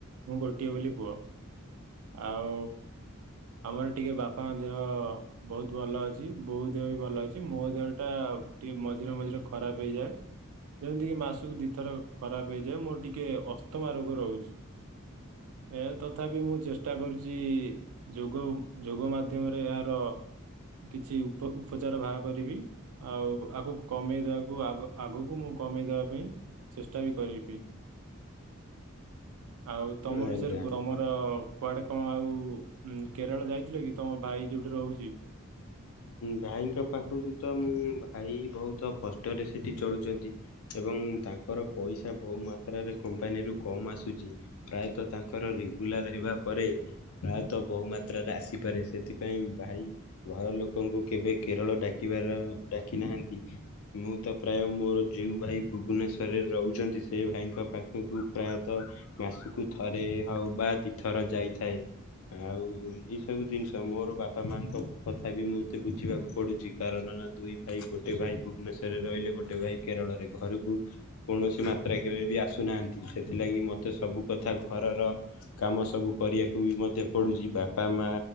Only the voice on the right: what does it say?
ମୁଁ ଗୋଟିଏ ବୋଲି ପୁଅ ଆଉ ଆମର ଟିକେ ବାପାଙ୍କ ଦେହ ବହୁତ ଭଲ ଅଛି ବୋଉ ଦେହ ବି ଭଲ ଅଛି ମୋ ଦେହଟା ଆଉ ଟିକେ ମଝିରେ ମଝିରେ ଖରାପ ହେଇଯାଏ। ଯେମିତି କିି ମାସକୁ ଦିଥର ଖରାପ ହେଇଯାଏ ମୋର ଟିକେ ଅସ୍ତମା ରୋଗ ରହୁଛି। ଏ ତଥାପି ମୁଁ ଚେସ ଷ୍ଟା କରୁଛି ଯୋଗ ଯୋଗ ମାଧ୍ୟମରେ ଏହାର କିଛି ଉପ-ଉପଚାର ବାହାର କରିବି ଆଉ ଆଗକୁ କମେଇଦବାକୁ ଆଗ-ଆଗକୁ ମୁଁ କମେଇ ଦେବା ପାଇଁ ଚେଷ୍ଟା ବି କରିବି। ଆଉ ତମ
ବିଷୟରେ କୁଅ ତମର କୁଆଡେ କଣ ଆଉ ଉ ମ୍ କେରଳ ଯାଇଥିଲ କି ତମ ଭାଇ ଯୋଉଠି ରହୁଛି?